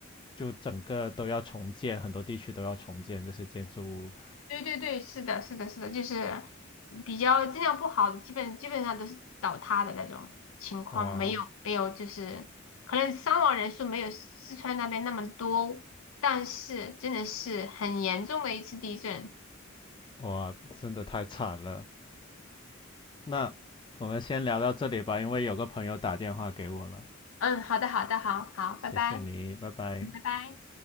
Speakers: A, on the left; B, on the left.
A: 就整个都要重建，很多地区都要重建这些建筑物，
B: 对对对，是的，是的，是的，就是比较质量不好的，基本基本上都是倒塌的那种情况，
A: 哇
B: 没有没有就是可能伤亡人数没有四川那边那么多，但是真的是很严重的一次地震。
A: 哇，真的太惨了。那我们先聊到这里吧，因为有个朋友打电话给我了，
B: 嗯，好的，好的，好好，拜拜，
A: 谢谢你，拜拜。
B: 嗯拜拜。